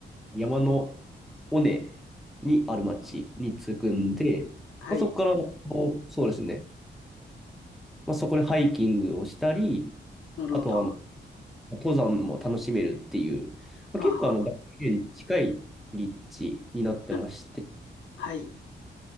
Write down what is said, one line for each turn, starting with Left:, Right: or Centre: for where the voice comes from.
Centre: 山の尾根にある町に着くんで、
Left: はい。
Centre: まあ、そこから、あのそうですね、まあ、そこでハイキングをしたり、
Left: なるほど。
Centre: あとはあの、
Left: は
Centre: 登山も楽しめるっていう、まあ、
Left: あはあ。
Centre: 結構あの、大自然に近い立地になってまして、
Left: な、はい。